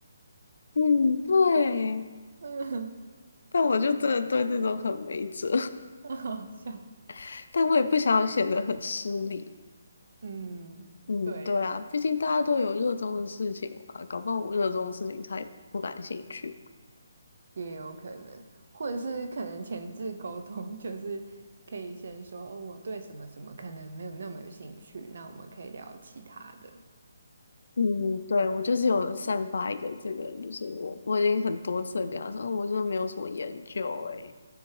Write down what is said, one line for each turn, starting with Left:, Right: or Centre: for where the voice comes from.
Left: <laughs>，嗯，对，
Right: <laughs> 嗯，
Left: 但我就真的对这种很没辙，
Right: 很好笑。
Left: <laughs> 但我也不想要显得很失礼。
Right: 嗯，
Left: 嗯，
Right: 对耶，
Left: 对啊，毕竟大家都有热衷的事情嘛，搞不好我热衷的事情他也不感兴趣。
Right: 也有可能，或者是可能前置沟通，<laughs> 就是可以先说哦，我对什么什么可能没有那么有兴趣，那我们可以聊其他的。
Left: 嗯，对，我就是有散发一个这个，就是我我已经很多次地跟他说，哦，我真的没有什么研究诶、